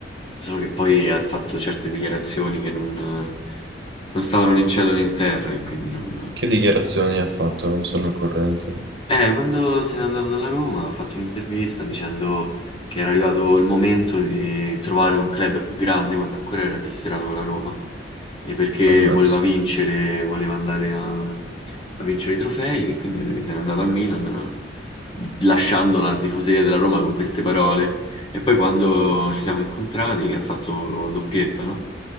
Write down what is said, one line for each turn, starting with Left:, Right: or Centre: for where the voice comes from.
Left: solo che poi ha fatto certe dichiarazioni che non, non stavano né in cielo né in terra, e quindi non,
Right: Che dichiarazioni ha fatto? Non sono al corrente.
Left: eh, quando se n'è andato dalla Roma ha fatto un'intervista dicendo che era arrivato il momento di trovare un club più grande quando ancora era tesserato con la Roma, e perché
Right: Ammazza.
Left: voleva vincere, voleva andare a, a vincere i trofei e quindi se n'è andato al Milan, eh, lasciando la tifoseria della Roma con queste parole e poi quando ci siamo incontrati, che ha fatto doppietta, no?